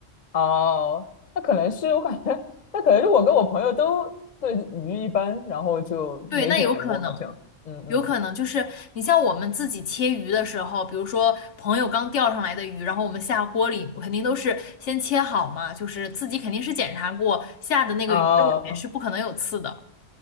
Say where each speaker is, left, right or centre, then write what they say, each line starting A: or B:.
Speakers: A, on the left; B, on the left.
A: 哦，那可能是我感觉，那可能是我跟我朋友都对鱼一般，然后就没点过，
B: 对，那有可能。
A: 好像。嗯嗯。
B: 有可能就是你像我们自己切鱼的时候，比如说朋友刚钓上来的鱼，然后我们下锅里肯定都是先切好嘛，就是自己肯定是检查过下的那个鱼肉里面是不可能有刺的。
A: 哦